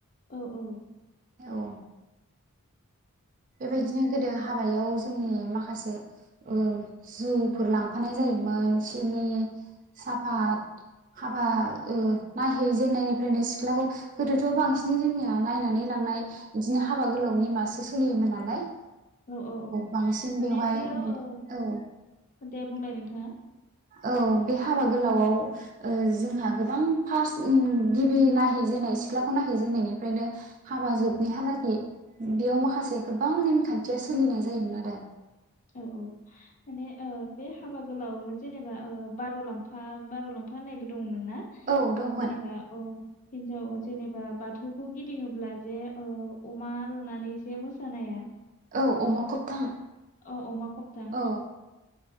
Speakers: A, on the left; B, on the right.
A: औ औ
B: औ बेबायदिनो गोदो हाबायाव जोंनि माखासे ओ जौफोर लांफानाय जायोमोन सिनि साफत हाबा ओ नायहैजेननायनिफ्रायनो सिख्लाखौ गोदोथ' बांसिनै जोंनिया नायनानै लांनाय
A: औ
B: बिदिनो हाबा गोलाव नेमासो सोलियोमोन नालाय
A: औ औ औ।
B: बांसिन
A: माने
B: बेवहाय
A: बे ओ
B: औ
A: दे बुंलाय नोंथाङा।
B: औ बे हाबा गोलावआव ओ जोंहा गोबां फार्स्ट ओम गिबि नायहैजेननाय सिख्लाखौ नायहैजेननायनिफ्रायनो हाबा
A: उम
B: जोबनायहालागि बेयाव माखासे गोबां नेमखान्थिया सोलिनाय जायोमोन आरो।
A: औ औ माने ओ बे हाबा गोलावनो जेनेबा ओ बार'लामफा बार'लामफा होननायबो दंमोन ना
B: औ दंमोन
A: जेनेबा अ हिन्जाव जेनेबा बाथौखौ गिदिङोब्ला जे ओ अमा लनानै जे मोसानाया
B: औ अमा खबथां।
A: ओ अमा खबथां।
B: औ